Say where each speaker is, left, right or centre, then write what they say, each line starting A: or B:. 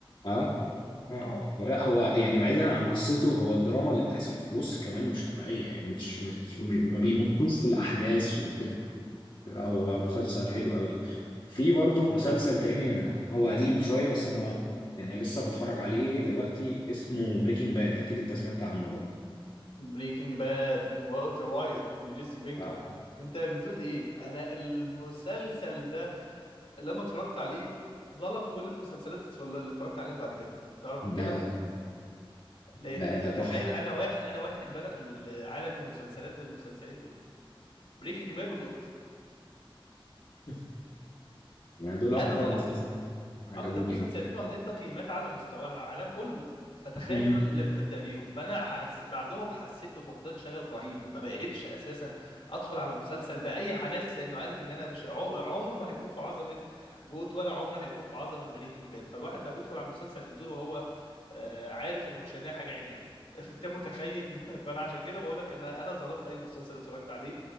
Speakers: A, on the left; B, on the left.
A: اه اه
B: اه
A: لا هو يعني بعيدا عن قصته هو الدراما اللي بتحصل في النص كمان مش طبيعية يعني مش مش م- ما بيمطوش في الأحداث وكده هو مسلسل حلو قوي في برضه مسلسل تاني أنا- هو قديم شوية بس أنا يعني لسه بتفرج عليه دلوقتي اسمه بريكنج باد أكيد أنت سمعت عنه برضه
B: بريكنج باد والتر وايت وجيسي بينكمان
A: اه
B: انت بتقول ايه انا المسلسل ده لما اتفرجت عليه ظلم كل المسلسلات اللي اتفرجت عليهم بعد كده تعرف
A: ده
B: كده لان
A: ده ده
B: تخيل
A: تحفة
B: انا واحد انا واحد بدأ عالم المسلسلات بالمسلسلين دول بريكنج باد وجوت
A: <laughs> يعني دول أكتر
B: انا ظلمت
A: مسلسلين عجبوني
B: اكتر مسلسلين
A: أوي
B: واخدين تقييمات على مستوى العالم كله فتخيل
A: امم
B: دول اللي ابدا بيهم فانا حس... بعدهم حسيت بفقدان شغف رهيب ما بقتش اساسا ادخل على مسلسل باي حماس لانه عارف ان انا مش عو- عمره ما هيكون في عظمه جوت ولا عمره هيكون في عظمه بريكنج باد فالواحد بقى بيدخل على المسلسل من دول وهو آه، عارف انه مش هيلاقي حاجه عدله <laughs> انت متخيل <laughs> فانا عشان كده بقول لك ان انا ظلمت اي مسلسل اتفرجت عليه